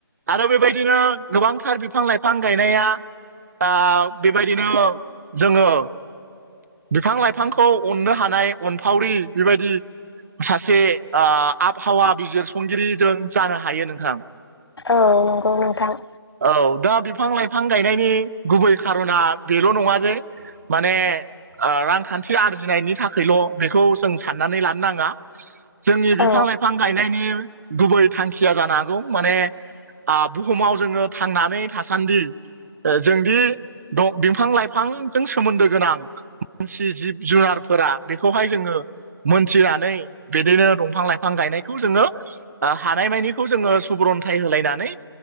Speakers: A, on the right; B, on the left.
A: आरो बेबायदिनो गोबांथार बिफां लाइफां गायनाया आ बेबायदिनो जोङो बिफां लाइफांखौ अननो हानाय अनफावरि बेबायदि सासे आ आबहावा बिजिरसंगिरि जों जानो हायो नोंथां।
B: औ नंगौ नोंथां।
A: औ दा बिफां लाइफां गायनायनि गुबै खारना बेल' नङा जे माने आ रांखान्थि आरजिनायनि थाखायल' बेखौ जों साननानै लानो नाङा। जोंनि बिफां
B: औ
A: लाइफां गायनायनि गुबै थांखिया जानो हागौ माने आ बुहुमाव जोङो थांनानै थासान्दि जोंदि बिफां लाइफांजों सोमोन्दो गोनां मानसि जिब जुनारफोरा बेखौहाय जोङो मोनथिनानै बिदिनो दंफां लाइफां गायनायखौ जोङो हानायमानिखौ जोङो सुबुरन्थाइ होलायनानै